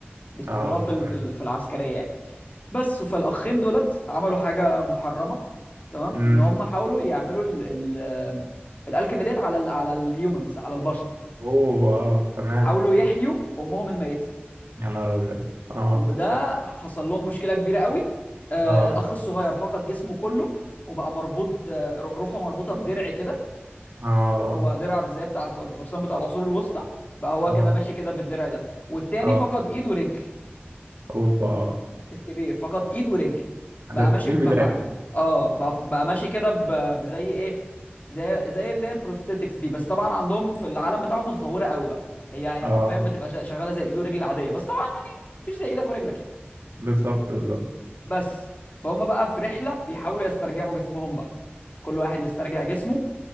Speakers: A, on the left (about 40°); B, on the right (about 75°).
A: بيستعملوها
B: اه
A: في ال-
B: تمام
A: في ال- في العسكريه يعني بس فالاخين دولت عملوا حاجه محرمه تمام
B: امم
A: ان هم حاولوا يعملوا ال ال الالكيميدات على ال على الهيومنز على البشر
B: اوه اه تمام
A: حاولوا يحيوا امهم الميته
B: يا نهار ابيض اه
A: وده حصل لهم مشكله كبيره قوي آه
B: اه
A: الاخ الصغير فقد جسمه كله وبقى مربوط آه، روحه مربوطه بدرع كده
B: اه
A: هو درع زي بتاع الف- الفرسان بتاع العصور الوسطى بقى هو
B: اه
A: كده ماشي كده في الدرع ده والتاني
B: اه
A: فقد ايد ورجل
B: اوبا
A: الكبير فقد ايد ورجل
B: <laughs>
A: بقى
B: ده
A: ماشي
B: دي
A: بح...
B: البداية
A: اه بقى, بقى ماشي كده ب... بزي ايه زي زي اللي هي البروستيتكس دي بس طبعا عندهم في العالم بتاعهم متطوره قوي بقى هي هي
B: اه
A: حرفيا بتبقى شا- شغاله زي الايد والرجل العاديه بس طبعا يعني مفيش زي ايدك ورجلك يعني
B: بالظبط بالظبط
A: بس فهم بقى في رحله بيحاولوا يسترجعوا جسمهم بقى كل واحد يسترجع جسمه